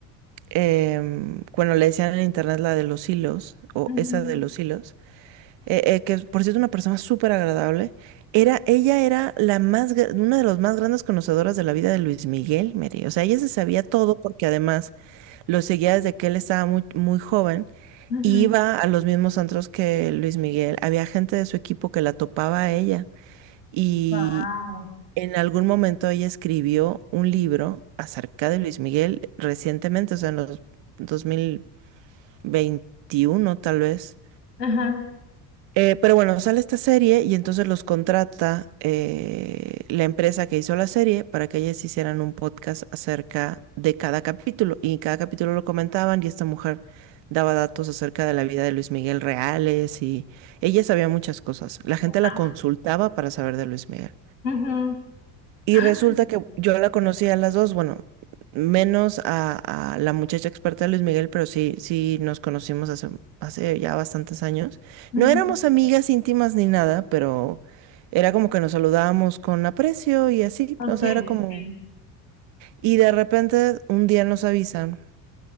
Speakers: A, on the right; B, on the left.
A: em, bueno, le decían en internet la de los hilos, o
B: ujú,
A: esa de los hilos, eh, eh, que por cierto una persona súper agradable, era, ella era la más, gra- una de las más grandes conocedoras de la vida de Luis Miguel, Mary. O sea, ella se sabía todo porque además lo seguía desde que él estaba muy, muy joven
B: ujú.
A: y iba a los mismos antros que Luis Miguel. Había gente de su equipo que la topaba a ella y
B: Wow.
A: en algún momento ella escribió un libro acerca de Luis Miguel recientemente, o sea, en los dos mil veintiuno tal vez.
B: Ajá.
A: Eh, pero bueno, sale esta serie y entonces los contrata eh, la empresa que hizo la serie para que ellas hicieran un podcast acerca de cada capítulo. Y en cada capítulo lo comentaban y esta mujer daba datos acerca de la vida de Luis Miguel reales y ella sabía muchas cosas. La gente
B: Wow.
A: la consultaba para saber de Luis Miguel.
B: Ujú.
A: Y
B: <laughs>
A: resulta que yo la conocí a las dos, bueno, menos a, a la muchacha experta de Luis Miguel, pero sí, sí nos conocimos hace, hace ya bastantes años.
B: Ujú.
A: No éramos amigas íntimas ni nada, pero era como que nos saludábamos con aprecio y así,
B: Ok,
A: o sea, era
B: ok.
A: como... Y de repente un día nos avisan